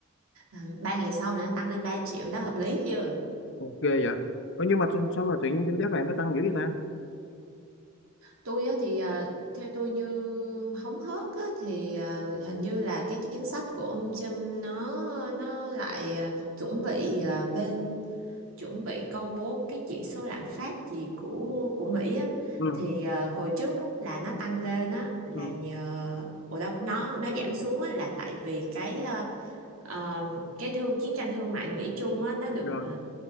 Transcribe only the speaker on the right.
uh, 3 ngày sau là nó tăng lên 3 triệu đó hợp lý chưa
tôi á, thì ờ, theo tôi như hóng hớt á, thì ờ, hình như là cái chính sách của ông Trump nó nó lại ờ, chuẩn bị ờ, bên chuẩn bị công bố cái chỉ số lạm phát gì của của Mỹ á
thì ờ, hồi trước á, là nó tăng lên á là
nhờ ủa đâu nó nó giảm xuống á, là tại vì cái ờ, ờ, cái thương chiến tranh thương mại Mỹ Trung á, nó được
ờ,